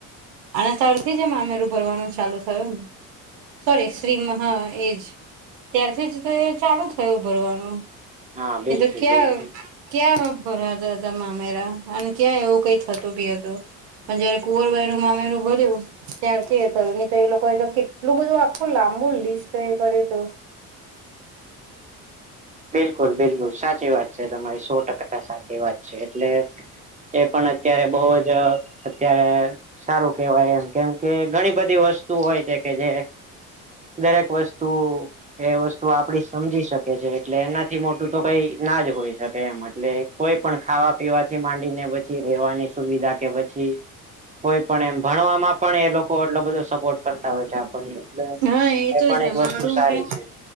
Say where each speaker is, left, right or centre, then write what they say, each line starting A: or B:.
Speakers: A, on the right; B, on the right.
A: અને તરથી જ એ મામેરું ભરવાનું ચાલુ થયું ને સોરી શ્રીમ હા એજ ત્યારથી જ તો એ ચાલુ થયું ભરવાનું <unintelligible>
B: હા બિલકુલ બિલકુલ
A: ક્યાં રોગ ભરાતો હતો તમામેરા અને ક્યાં એવું કઈ થતું બી હતું હું જયારે કુંવરબાયનું મામેરું ભર્યું ત્યારથી એ થયું નહી તો એ લોકો તો કેટલું બધું આખું લાંબુને લિસ્ટ એ કર્યુંતુ.
B: બિલકુલ બિલકુલ સાચી વાત છે. તમારી સો ટકા સાચી વાત છે. એટલે એ પણ અત્યારે બહુ જ અત્યારે સારું કેવાય એમ કેમ કે ઘણી બધી વસ્તુ હોય છે કે જે દરેક વસ્તુ એ વસ્તુ આપડી સમજી શકે છે એટલે એનાથી મોટું તો કઈ ના જ હોય શકે એમ અટલે કોઈ પણ ખાવા પીવાથી માંડીને પછી લેવાની સુવિધા કે પછી કોઈપણ એમ ભણવામાં પણ એ લોકો એટલો બધો સપોર્ટ કરતાં હોય છે. આપણને એટલે
A: હા
B: એ
A: તો
B: પણ
A: છે
B: એક વસ્તુ
A: મારું
B: સારી
A: જે
B: છે.